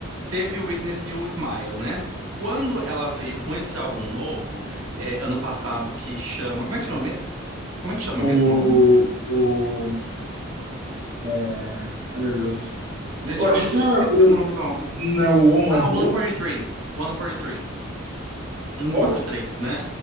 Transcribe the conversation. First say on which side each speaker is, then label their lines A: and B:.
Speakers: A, on the right; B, on the right.
A: teve o Witness e o Smile, né? Quando ela veio com esse álbum novo, é, ano passado, que chama. Como é que chama mesmo? Como é que chama
B: O.
A: mesmo o álbum?
B: o é... Ai, meu Deus.
A: Gente,
B: Eu acho
A: ó, já
B: que é
A: esqueci
B: o.
A: o nome do álbum.
B: Na Woman's
A: Ah, 143.
B: World?
A: 143. três, cento
B: Como?
A: e quarenta e três. cento e quarenta e três, né?